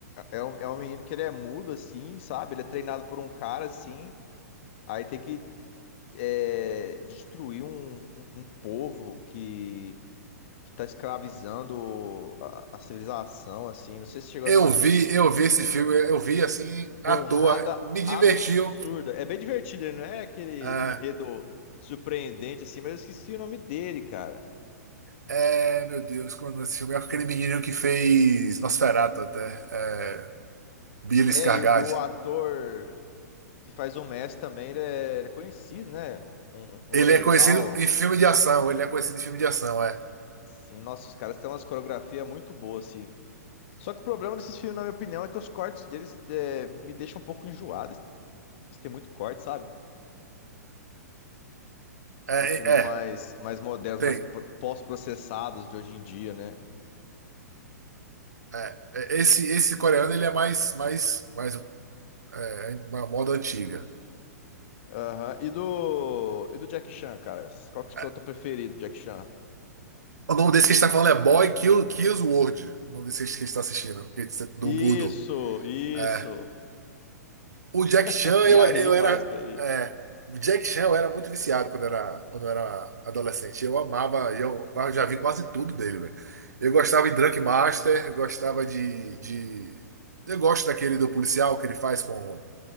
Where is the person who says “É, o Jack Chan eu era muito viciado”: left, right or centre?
Right